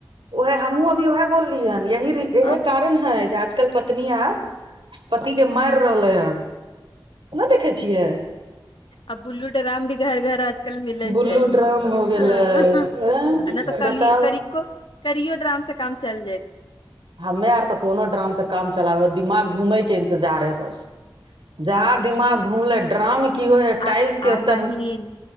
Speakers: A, on the right; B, on the left.
A: उह हमहूँ अभी उएह बोलली हैन यही इहे
B: आ
A: कारण है जे आजकल पती पत्नियां पति के मारि रहले हन नहि देखे छियै
B: आ बुल्लू ड्राम भी घर घर आज मिलै
A: बुल्लू
B: छै
A: ड्राम हो गेलै
B: आ
A: आंय
B: नै तऽ कर
A: बताउ
B: करियो करियो ड्राम से काम चल जाइ
A: हमे आर तऽ कोनो ड्राम सऽ काम चलाब दिमाग घूमैके जा रहेै बस जहां
B: ब-
A: दिमाग घूमले ड्रम की होइ है
B: आ
A: टाइल्स के
B: आइ
A: ओते
B: बहिन